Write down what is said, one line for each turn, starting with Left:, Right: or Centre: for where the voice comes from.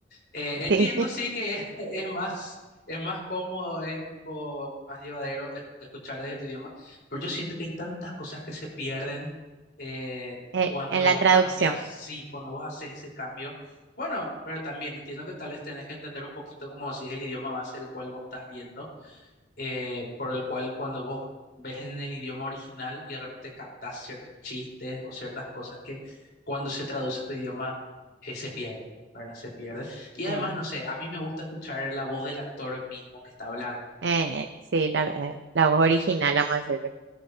Left: Eh,
Right: <laughs>
Left: entiendo,
Right: Sí,
Left: sí, que es, <laughs> es más, es más cómodo, es tipo más llevadero es- escuchar desde tu idioma, pero yo siento que hay tantas cosas que se pierden eh,
Right: eh,
Left: cuando
Right: en la
Left: vos
Right: traducción.
Left: cambias, sí, cuando vos haces ese cambio. Bueno, pero también entiendo que tal vez tenés que entender un poquito como si es el idioma base el cual vos estás viendo eh, por el cual cuando vos ves en el idioma original y de repente captás ciertos chistes o ciertas cosas que cuando se traduce a tu idioma eh, se pierde, ¿verdad? Se pierde. Y además,
Right: eh,
Left: no sé, a mí me gusta escuchar la voz del actor mismo que está hablando.
Right: eh, sí, la, eh, la voz original, vamos a decirle.